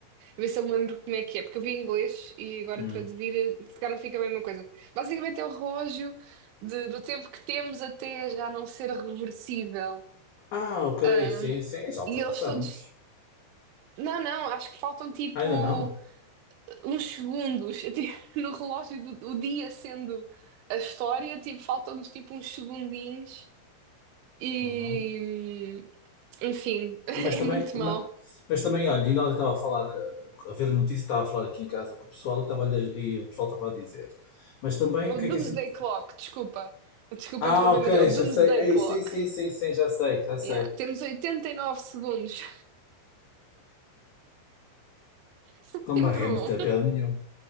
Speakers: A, on the right; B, on the left.
A: ver se eu me lembro como é que é, porque eu vi em inglês e agora
B: Hum.
A: traduzir, eh, se calhar não fica a mesma coisa. Basicamente é o relógio de- do tempo que temos até já não ser reversível.
B: Ah, ok,
A: Ahm,
B: sim, sim, já ultrapassamos.
A: e eles todos. Não, não, acho que faltam tipo
B: Ainda não.
A: uns segundos até <laughs> no relógio do, do dia sendo a história, tipo, faltam-nos tipo uns segundinhos e,
B: Hum.
A: enfim, <laughs> é
B: Mas também,
A: muito
B: ma-
A: mau.
B: mas, também, olha, ainda ontem estava a falar, eh, a ver a notícia, estava a falar aqui em casa com o pessoal e, estava a lhe- e o pessoal estava a dizer. Mas também,
A: É o
B: o que
A: Doomsday
B: é que a gente
A: Clock, desculpa. Desculpa
B: Ah,
A: interromper,
B: ok,
A: mas é o
B: já
A: Doomsday
B: sei. Ei,
A: Clock.
B: sim, sim, sim, sim, já sei, já sei.
A: Yeah. Temos 89 segundos. <laughs>
B: Não me
A: Sempre
B: arremeteu
A: bom.
B: a piada nenhuma.